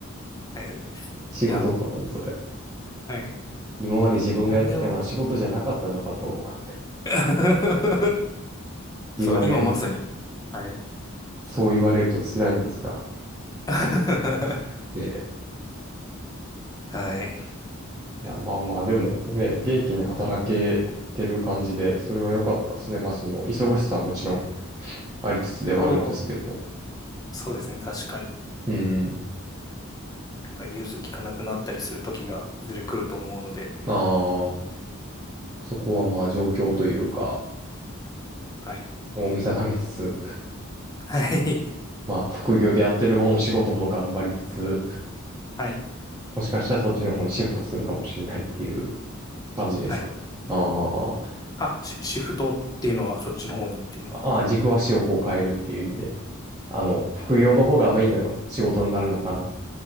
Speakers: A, on the left (about 20°); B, on the right (about 20°).
A: はい。い
B: 仕事とは何ぞや。
A: や、はい。
B: 今まで自分がやってきたのは仕事じゃなかったのかと
A: これを <laughs>
B: 言われる、
A: そう、今まさに。はい。
B: そう言われると辛いんですが。
A: <laughs> は
B: で
A: い。
B: いや、まあまあ、でもね、元気に働けてる感じで、
A: はい
B: それは良かったですね。まあ、その、忙しさはもちろんありつつではあるんですけど。
A: そう、そうですね。確かに。
B: うん。
A: まあ融通きかなくなったりする時がいずれ来ると思うので。
B: ああ、そこはまあ、状況というか、
A: はい。
B: もう見定めつつ、
A: <laughs> はい。
B: <laughs> まあ、副業でやってる方の仕事も頑張りつつ、
A: はい。
B: もしかしたらそっちの方にシフトするかもしれないっていう感じですか。
A: はい。
B: ああ、
A: あ、シ、シフトっていうのは、そっちの方にっていうのは。
B: ああ、軸足をこう変えるっていう意味で、あの、副業の方がメインの仕事になるのかなっ